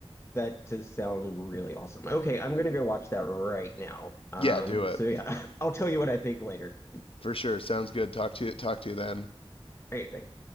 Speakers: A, on the left; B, on the left.
A: that does sound really awesome. Okay, I'm gonna go watch that right now. Um,
B: Yeah, do it
A: so yeah, <laughs> I'll tell you what I think later.
B: for sure. Sounds good. Talk to you. Talk to you then.
A: All right, bye.